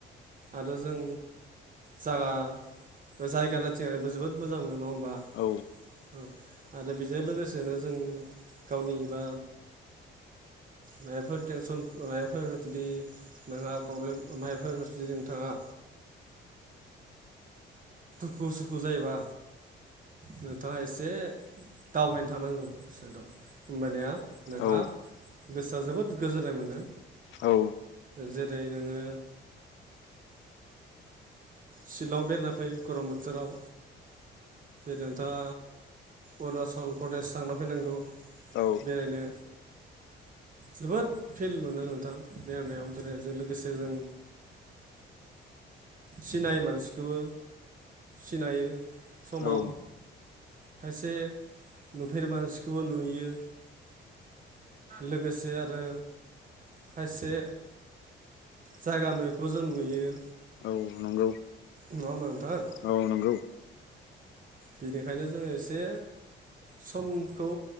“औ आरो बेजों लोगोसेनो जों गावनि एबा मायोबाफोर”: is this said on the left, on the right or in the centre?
Right